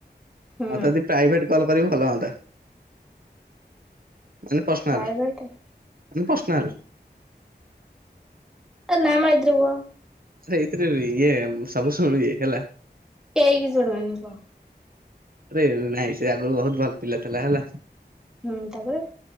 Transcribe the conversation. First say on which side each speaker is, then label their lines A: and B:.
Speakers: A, in the centre; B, on the right.
A: ହୁଁ
B: ମତେ ଯଦି ପ୍ରାଇଭେଟ କଲ୍ କରିବୁ ଭଲ ହୁଅନ୍ତା। ମାନେ ପର୍ସନାଲ,
A: ପ୍ରାଇଭେଟ
B: ମାନେ ପର୍ସନାଲ।
A: ଏ ନାଇଁ ମ ଏଇଥିରେ କୁହ।
B: ଆରେ ଏଇଥିରେ ଇଏ ସବୁ ଶୁଣିବେ ହେଲା।
A: କେହି କିଛି ଶୁଣିବେନି କହ।
B: ସେରେ ନାଇଁ ସେ ଆଗରୁ ବହୁତ ଭଲ ପିଲା ଥିଲା ହେଲା।
A: ହୁଁ ତାପରେ।